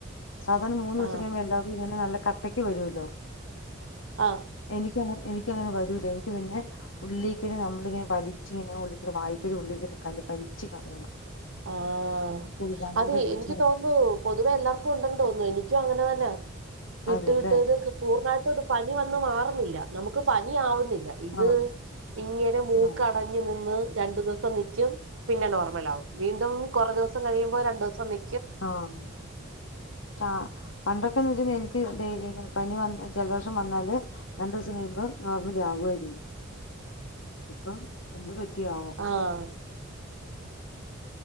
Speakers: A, on the left; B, on the right.
A: സാധാരണ മൂന്നൂസം
B: ആഹ്
A: കഴിയുമ്പോ എല്ലാർക്കും ഇങ്ങനെ നല്ല കട്ട ട്ടയ്ക്ക് വരുമല്ലോ
B: ആഹ്
A: എനിക്ക് അങ്ങനെ എനിക്കങ്ങനെ വരൂല്ല എനിക്ക് പിന്നെ ഉള്ളിക്കേറി നമ്മളിങ്ങനെ വലിച്ച് ഇങ്ങനെ ഉള്ളിക്കൂടെ വായിക്കല് ഉള്ളക്കലും കല് വലിച്ച് കളയണം
B: ആഹ
A: എനിക്കത് ഭയങ്കര
B: അത്
A: പ്രശ്നായി
B: എനിക്ക് തോന്നു പൊതുവേ എല്ലാർക്കും ഉണ്ടെങ്കിൽ തോന്നുന്നു എനിക്കും അങ്ങനെ തന്നാ വിട്ടു
A: അതെല്ലേ
B: വിട്ടതൊക്കെ പൂർണ്ണമായിട്ട ത് പനി വന്ന മാറുന്നില്ല നമുക്ക് പനി ആവുന്നില്ല ഇത്
A: ആഹ്
B: ഇങ്ങനെ മൂക്കടഞ്ഞു
A: ആഹ്
B: നിന്ന് രണ്ടു ദിവസം നിൽക്കും പിന്നെ നോർമൽ ആകും വീണ്ടും കുറേ ദിവസം കഴിയുമ്പോ രണ്ടു ദിവസം നി
A: ആഹ ആ പണ്ടൊക്കെന്ന് വെച്ച എനിക്ക് പനി വന്ന ജലദോഷം വന്നാല് രണ്ടു ദിവസം കഴിയുമ്പോൾ നോർമലി ആകുമായിരുന്നു ഇപ്പം എന്ത് പ റ്റിയാവം
B: ആഹ്